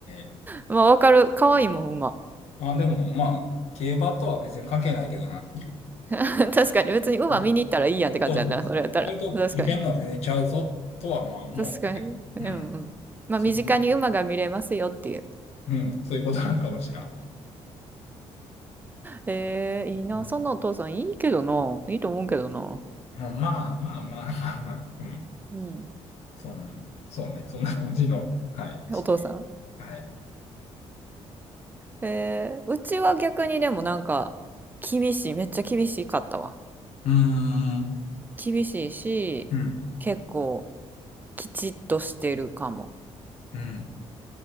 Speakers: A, on the left; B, on the right.
A: て、
B: まあ、わかる。可愛いもん、馬。
A: まあでも、まあ、競馬とは別に関係ないけどな。
B: <laughs> 確かに。別に馬見に行ったらいいやんって感じやんな。
A: うんそうそうそう。
B: それやったら。
A: それと、
B: 確かに。
A: かけんのは全然ちゃうぞとはまあ思ったけど。
B: 確かに。うんうん。
A: うん。
B: まあ、
A: その、
B: 身近に馬が見れますよっていう。
A: うん。そういうことなんかもしらん。
B: えー、いいな。
A: うん。
B: そんなお父さんいいけどな。いいと思うけどな。
A: まあまあまあまあまあ、まあ、うん。
B: うん。
A: そんそうね。そんな感じの、はい、地球。
B: お父さん。
A: はい。
B: えー、うちは逆にでもなんか、厳しい。めっちゃ厳しかったわ。
A: うーん。
B: 厳しいし、
A: うん。
B: 結構、きちっとしてるかも。
A: うん。